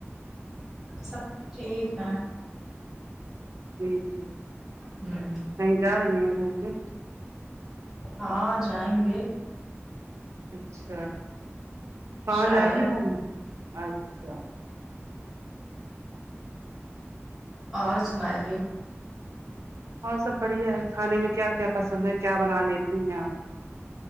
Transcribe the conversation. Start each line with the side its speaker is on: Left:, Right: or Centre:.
Centre: سب ٹھیک ہے
Right: جٹھ ہے
Centre: ہ
Right: کہیں جا رہی ہیں گھومنے
Centre: ہاں جائیں گے
Right: اچھا کہاں
Centre: شاید
Right: جائیں گے گھومنے اچھاچ
Centre: اور سنائیے
Right: اور سب بڑھیا ہے کھانے میں کیا کیا پسند ہے کیا بنا لیتی ہیں آپ